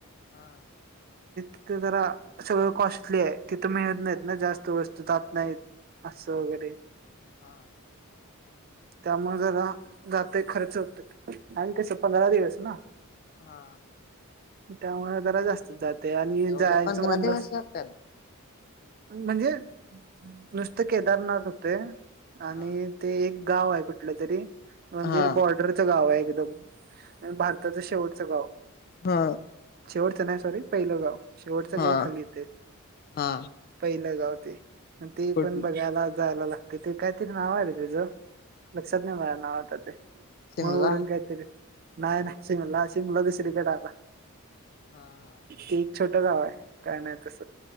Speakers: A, on the left; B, on the right.
A: हा
B: तिथ जरा सगळं कॉस्टली आहे तिथं मिळत नाहीत ना जास्त वस्तू जात नाहीत असं वगैरे
A: हा
B: त्यामुळे जरा जातय खर्च होतो आणि कस पंधरा दिवस ना
A: हा
B: त्यामुळे त ते आणि
A: एवढं
B: जायचं
A: पंधरा
B: म्हणलंस
A: दिवस लागतात
B: म्हणजे नुसत केदारनाथ होते आणि
A: हा
B: ते एक गाव आहे कुठलं तरी म्हणजे
A: हा
B: बॉर्डरचं गाव आहे एकदम भारताचं शेवटचं गाव
A: हा
B: शेवटचं नाही सॉरी पहिलं गाव शेवटचं
A: हा
B: गाव खाली ते
A: हा
B: पहिला गाव ते ते
A: कुठ
B: पण बघायला जायला लागते ते काहीतरी नाव आले तच लक्षात नाही मला नाव आता ते
A: शिमला
B: मग वरून कायतरी नाहीय ना सिंगला सिंगला त श्री कडाला
A: हा हा
B: ते छोटं गाव आहे काय नाही तसं